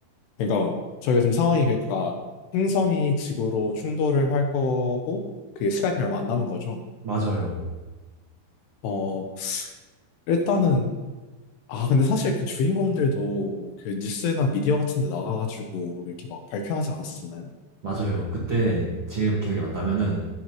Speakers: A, on the left; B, on the right.
A: 그러니까 저희가 지금 상황이 그러니까 행성이 지구로 충돌을 할 거고 그게 시간이 얼마 안 남은 거죠.
B: 맞아요.
A: 어, 일단은 아, 근데 사실 그 주인공들도 그 뉴스나 미디어 같은 데 나가가지고 이렇게 막 발표하지 않았었나요?
B: 맞아요. 그때 제 기억에 맞다면은